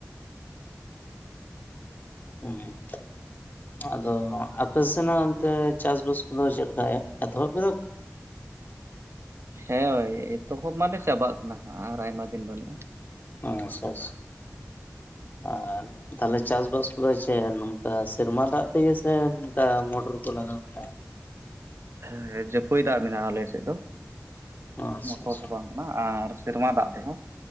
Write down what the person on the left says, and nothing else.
ᱦᱩᱸ᱾ ᱟᱫᱚ ᱟᱯᱮ ᱥᱮᱱᱟᱜ ᱚᱱᱛᱮ ᱪᱟᱥᱵᱟᱥ ᱠᱚᱫᱚ ᱪᱮᱫ ᱞᱮᱠᱟ ᱮᱛᱚᱦᱚᱵ ᱠᱮᱫᱟ ᱠᱚ?
ᱟᱪᱪᱷᱟ ᱟᱪᱪᱷ ᱟᱨ, ᱛᱟᱦᱚᱞᱮ ᱪᱟᱥᱵᱟᱥ ᱠᱚ ᱫᱚ ᱪᱮᱫ ᱱᱚᱝᱠᱟ ᱥᱮᱨᱢᱟ ᱫᱟᱜ ᱛᱮ ᱜᱮ ᱥᱮ ᱱᱚᱝᱠᱟ ᱢᱚᱴᱚᱨ ᱠᱚ ᱞᱟᱜᱟᱣ ᱢᱮᱱᱟᱜᱼᱟ?
ᱚ ᱟᱪᱪᱷᱟ
ᱟᱪᱪᱷᱟ